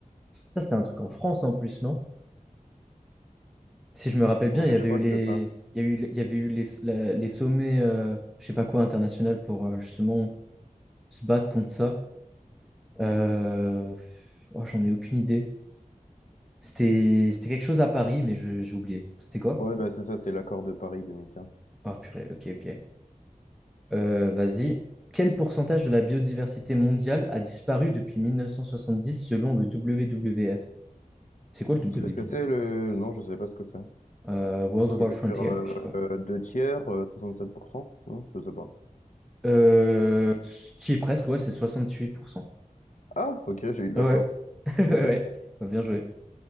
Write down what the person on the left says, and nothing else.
Ouais,
je crois
que c'est ça.
Ouais, bah c'est ça, c'est l'accord de Paris deux mille quinze
Tu sais ce que c'est le... Non, je sais pas ce que c'est.
Je veux
dire, euh,
euh, deux tiers, euh, 67%? Non, je sais pas.
Ah, ok, j'ai eu de
la chance.
Ok, ok.